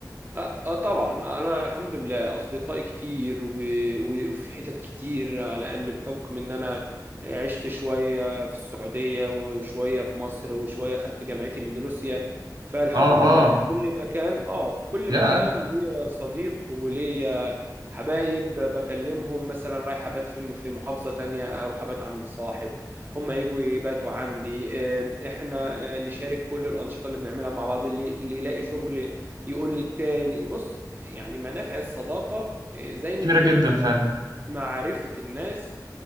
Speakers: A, on the right; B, on the right.
A: اه آه طبعا انا الحمد لله اصدقائي كتير و- و- وفي حتت كتير على ان بحكم ان انا عشت شويه في السعوديه وشويه في مصر وشويه خدت جامعتي من روسيا فالحمد
B: اه
A: لله
B: اه
A: في كل مكان اه في كل
B: يا
A: مكان ليا صديق وليا حبايب بكلمهم مثلا رايح ابات في في محافظه تانية اروح ابات عند صاحب هم يجوا يباتوا عندي آه، احنا آه، نشارك كل الانشطه اللي بنعملها مع بعض اللي اللي يلاقي شغل يقول للتاني بص يعني منافع الصداقة آه، زي ما
B: كبيره
A: بيقولوا
B: جدا
A: كده
B: فعلا
A: معرفة الناس